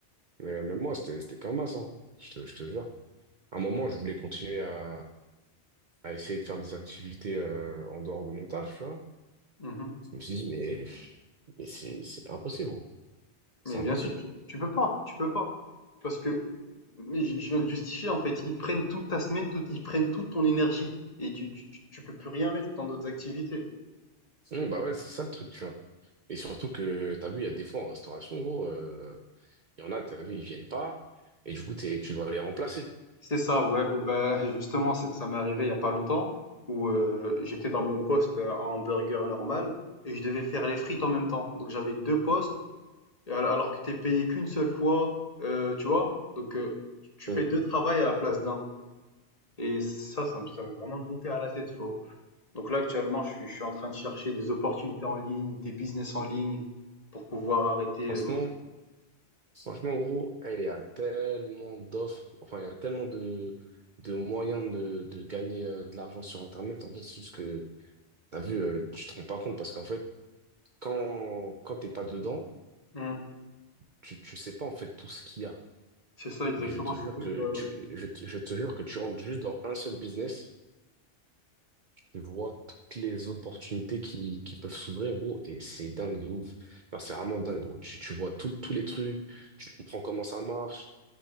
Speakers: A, on the right (about 45°); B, on the left (about 35°).
A: Mais même moi, c'était c'était comme ça, hein. Je te, je te jure. À un moment, je voulais continuer à, à essayer de faire des activités euh, en dehors de mon taf, tu vois.
B: Mhm.
A: Je me suis dit, mais, mais c'est c'est impossible, gros. C'est
B: Mais
A: impossible.
B: bien sûr, tu, tu peux pas, tu peux pas. Parce que, mais je je viens de justifier, en fait, ils te prennent toute ta semaine, toute, ils prennent toute ton énergie, et tu, tu, tu peux plus rien mettre dans d'autres activités.
A: Mmh, bah ouais, c'est ça le truc, tu vois. Et surtout que, t'as vu, il y a des fois en restauration, gros, euh, il y en a, t'as vu, ils viennent pas, et du coup, t'es, tu dois les remplacer.
B: C'est ça, ouais, ou bah, <laughs> justement, ça ça m'est arrivé il y a pas longtemps où euh, j'étais dans mon poste euh, à hamburger normal et je devais faire les frites en même temps. Donc j'avais deux postes et al- alors que t'es payé qu'une seule fois, euh, tu vois. Donc euh, tu tu
A: Mmh.
B: fais deux travails à la place d'un. Et ça, ça me, ça me vraiment monté à la tête, faut. Donc là, actuellement, je suis, je suis en train de chercher des opportunités en ligne, des business en ligne pour pouvoir arrêter.
A: Franchement,
B: euh, mon-
A: franchement, gros, eh, il y a tellement d'offres, enfin, il y a tellement de, de moyens de, de gagner euh, de l'argent sur Internet. En fait, c'est juste que, t'as vu, euh, tu te rends pas compte, parce qu'en fait, quand, quand t'es pas dedans,
B: Hmm,
A: tu, tu sais pas, en fait, tout ce qu'il y a.
B: c'est ça exactement,
A: Mais je te
B: surtout
A: jure que
B: que... euh,
A: tu, je, te- je te jure que tu rentres juste dans un seul business. Tu vois toutes les opportunités qui, qui peuvent s'ouvrir, gros, et c'est dingue de ouf. Enfin, c'est vraiment dingue, gros. Tu, tu vois tout- tous les trucs, tu comprends comment ça marche.